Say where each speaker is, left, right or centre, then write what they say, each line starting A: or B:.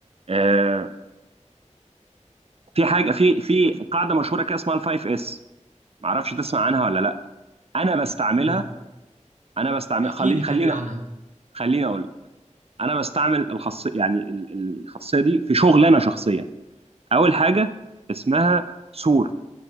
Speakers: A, on the right; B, on the right.
A: آه، في حاجه في في قاعده مشهوره كده اسمها الفايف اس معرفش تسمع عنها ولا لا انا بستعملها
B: لا
A: انا بستعمل
B: احكي
A: خلي...
B: لي
A: خليني
B: كده عنها
A: خليني اقول لك انا بستعمل الخاصيه يعني ال- ال- الخاصيه دي في شغل انا شخصيا اول حاجه اسمها سورت